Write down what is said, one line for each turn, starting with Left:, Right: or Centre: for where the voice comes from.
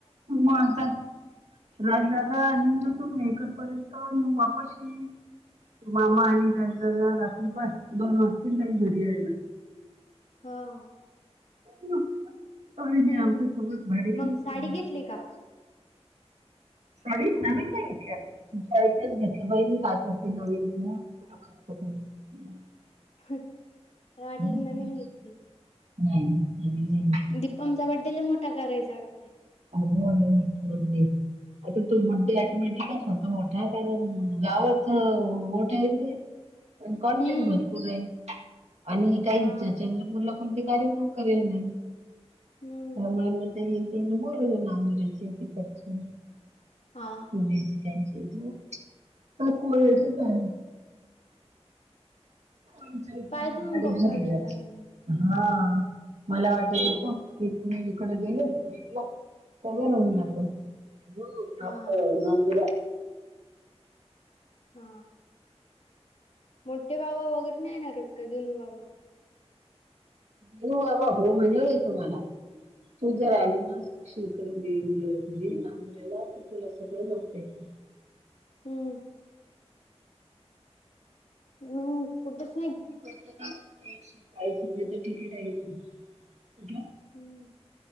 Right: म आता राज दादा <unintelligible> मेकरपर्यंत मग वापस येईल. मामा
Left: हा
Right: आणि राज दादा रात्रीपाय दोन वाजतील त्यांना घरी यायला.
Left: हो.
Right: काही नाही
Left: हम्म
Right: आमच्या सोबत भाडेकरू
Left: मग साडी
Right: कमी आहेत.
Left: घेतली का
Right: साडी नवीन नाही घेतल्या, आहे त्याच घेतल्या बाई काय करती नवीन घेऊन. <unintelligible>
Left: मला
Right: हम्म.
Left: वाटलं नवीन घेतलीस.
Right: नाही नवीन नाही घेतली.
Left: दीपमचा बर्थडे लय मोठा करायचा कि
Right: अहो लय मोठा बड्डे, आता तो बड्डे
Left: हम्म
Right: ऑटोमॅटिकचं होतो. हा कारण गावचं मोठ आहेन ते. आणि कॉन्टॅक्ट
Left: हम्म
Right: भरपूर आहे. आणि काही
Left: हा
Right: <unintelligible> मुलं कोणते कार्यक्रम करेल नाही.
Left: हम्म
Right: तर मग ते येतील, बोलवलं नागरीचे तिकडचे.
Left: हा
Right: पुण्याचे त्यांचा इथं काय कोळ्याच काय आमच्या इथं
Left: पाहिजे
Right: काय गाडीचं
Left: मग पप्पाला
Right: भरलीया.
Left: विचारून मी
Right: हा मला वाटत
Left: हो
Right: होत की, तुम्ही हिकडं गेले भेटलो. सगळं भरून
Left: हम्म
Right: जातं, हंम जातं
Left: हा
Right: मंदिरात
Left: हा मोठे बाबा वगैरे नाही येणार आहेत का, दिनू बाबा.
Right: दिनू बाबा हॊ म्हणलेले तुम्हाला, तू जर आलीना साक्षी इकडं <unintelligible> नांदवायला तुला सगळ <unintelligible>
Left: हंम. नाही कुठचं
Right: इकडचं काय एकशे चाळीस रुपये तिकीट आहे इकडून, कुठ.
Left: हंम.